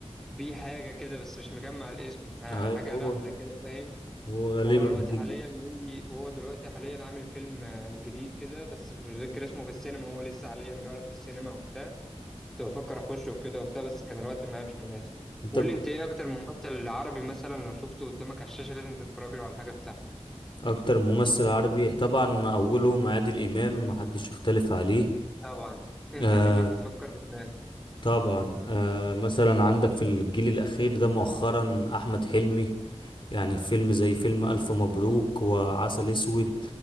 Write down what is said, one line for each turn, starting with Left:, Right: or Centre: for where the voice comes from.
Centre: بي حاجة كده بس مش مجمع الاسم يعني
Left: ايوه
Centre: حاجة نهلة
Left: هو
Centre: كده فاهم
Left: هو غالبا
Centre: وهو دلوقتي
Left: جدا
Centre: حاليا ليه- وهو دلوقتي حاليا عامل فيلم آه، جديد كده بس مش متذكر اسمه في السينما هو لسه حاليا بيعرض في السينما وبتاع كنت بفكر اخشه وكده وبتاع بس كان الوقت معايا مش مناسب
Left: انت
Centre: قول
Left: ب-
Centre: لي انت ايه اكتر ممثل عربي مثلا لو شفته قدامك على الشاشة لازم تتفرج له على الحاجة بتاعته
Left: اكتر ممثل عربي طبعا اولهم عادل امام محدش يختلف عليه
Centre: طبعا انت
Left: آه،
Centre: كأنك بتفكر بدماغك
Left: طبعا آه مثلا عندك في الجيل الأخير ده مؤخرا أحمد حلمي يعني فيلم زي فيلم ألف مبروك وعسل أسود